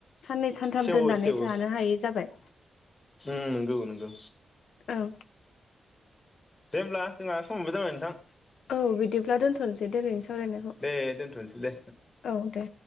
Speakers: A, on the left; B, on the left.
A: साननै सानथाम
B: सेवो
A: दोननानै
B: सेवो
A: जानो हायै जाबाय।
B: उम नंगौ नंगौ
A: औ।
B: दे होमब्ला जोंहा समबो जाबाय नोंथां।
A: औ बिदिब्ला दोन्थ'नोसै दिनैनि सावरायनायखौ।
B: दे दोनथ'नोसै दे
A: औ दे।